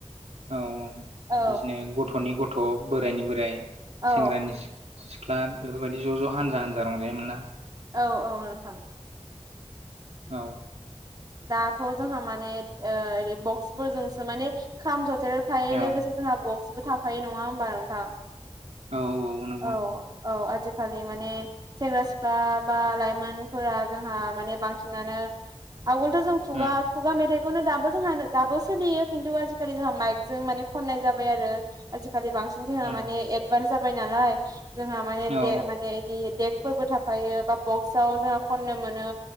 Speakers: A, on the right; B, on the right.
A: औ औ
B: औ
A: बिदिनो गथ'नि ग थ' बोराइनि बोराइ
B: औ
A: सेंग्रानि सिख्ला बेफोरबायदि ज' ज' हानजा हान्जा रंजायोमोन ना?
B: औ औ नोंथां।
A: औ।
B: दाथ' जोंहा माने ओ बक्सफोरजोंसो माने खाम ज थायाथ' थायो
A: औ
B: लोगोसे जोंहा बक्सबो थाफायो नङा होमबा नोंथां?
A: औ नंगौ
B: औ औ आजि खालि माने सेंग्रा सिख्ला बा लाइमोनफोरा जोंहा माने बांसिनानो आगोलथ जों
A: उम
B: खुगा खुगा मेथाइ खौनो दाबो जोंहानो दाबो सोलियो खिन्थु आजिखालि जोंहा माइक जों माने खननाय जाबाय आरो आजि खालि बांसिन जोंहा
A: उम
B: माने एडभान्स जाबाय नालाय जोंहा माने
A: औ
B: दे माने बिदि देग फोरबो थाफायो बा बक्सआव जोंहा खन्नो मोनो